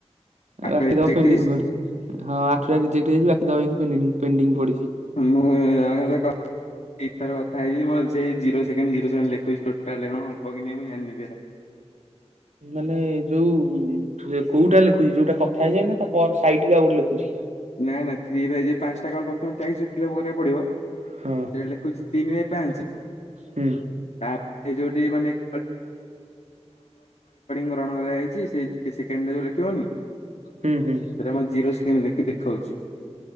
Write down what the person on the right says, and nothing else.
ବାକି
ତକ ପେଣ୍ଡିଙ୍ଗ୍
ପଡିଛି ହଁ ଆଠଟା ରିଯେକ୍ଟ ହେଇଛି ବାକିତକ ଏମିତି ପେଣ୍ଡିଙ୍ଗ ପଡିଛି।
ମାନେ ଯୋଉ କୋଉଟା ଲେଖୁଚି ଯୋଉଟା କଥା ହେଇଯାଏ ନା ତା ପରେ ସାଇଟ ଟା ଆଉ ଗୋଟେ ଲେଖୁଚି।
ହଁ
ହୁଁ
ହୁଁ ହୁଁ